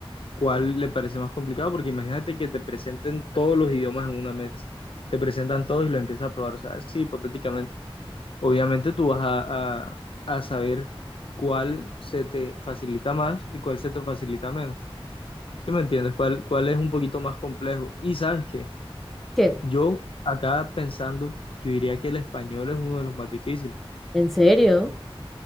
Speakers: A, on the left; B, in the centre.
A: cuál le parece más complicado, porque imagínate que te presenten todos los idiomas en una mesa, te presentan todos y los empiezas a probar, o sea, sí, hipotéticamente. Obviamente tú vas a, a- a saber cuál se te facilita más y cuál se te facilita menos. ¿Sí me entiendes? ¿Cuál, cuál es un poquito más complejo? Y sabes que
B: ¿Qué?
A: yo acá pensando, yo diría que el español es uno de los más difíciles.
B: ¿En serio?